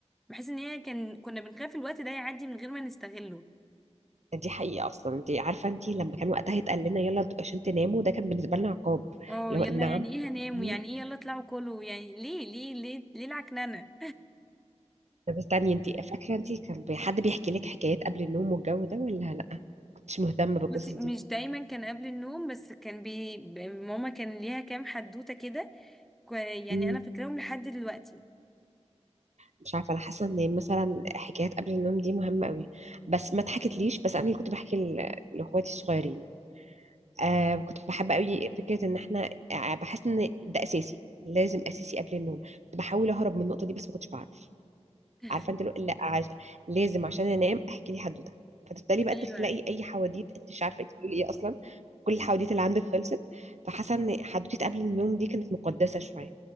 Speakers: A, in the centre; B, on the right (about 75°).
A: بحيث ان هي كان كنا بنخاف الوقت ده يعدي من غير ما نستغله
B: دي حقيقه اصلا انت عارفه انت لما كان وقتها يتقال لنا يلا عشان تناموا ده كان بالنسبه لنا عقاب
A: اه
B: اللي
A: يلا
B: هو نعم
A: يعني ايه هنام
B: ليه؟
A: ويعني ايه يلا اطلعوا كلوا يعني ليه ليه ليه ليه العكننه
B: طب استني انت فاكره انت كان بي- حد بيحكي لك حكايات قبل النوم والجو ده ولا لا كنتش مهتمه
A: <laughs>
B: بالقصص
A: بصي مش دايما كان قبل النوم بس كان بي ماما كان ليها كام حدوته كده كو- يعني
B: دي
A: انا فاكراهم لحد دلوقتي
B: مش عارفه انا حاسه ان مثلا حكايات قبل النوم دي مهمه قوي بس ما اتحكتليش بس انا اللي كنت بحكي ل- لاخواتي الصغيرين آه كنت بحب قوي فكره ان احنا آه، بحس ان ده اساسي لازم اساسي قبل النوم كنت بحاول اهرب من النقطه دي بس ما كنتش بعرف
A: <laughs>
B: عارفه انت لو لا عش... لازم عشان انام احكي لي حدوته فتبتدي بقى تخلقي
A: ايوه
B: اي حواديت انت مش عارفه انت بتقولي ايه اصلا كل الحواديت اللي عندك خلصت فحاسه ان حدوته قبل النوم دي كانت مقدسه شويه